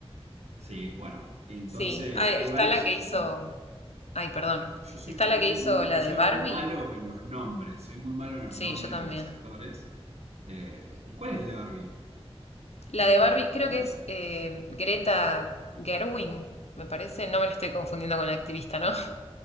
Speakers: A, on the right (about 85°); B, on the left (about 80°).
A: Sí, bueno, entonces
B: Sí. Ah, está
A: hay varios.
B: la que hizo.
A: Yo soy,
B: Ay, perdón.
A: yo soy
B: Está
A: muy,
B: la que hizo
A: no,
B: la
A: que
B: de
A: soy
B: Barbie.
A: muy malo en los nombres, soy muy malo en los
B: Sí,
A: nombres
B: yo también.
A: de los actores. Eh, ¿y cuál es el de Barbie?
B: La de Barbie, creo
A: ¿Cuál
B: que es
A: es?
B: eh, Greta Gerwig, me parece. No me la estoy confundiendo con la activista, ¿no? <laughs>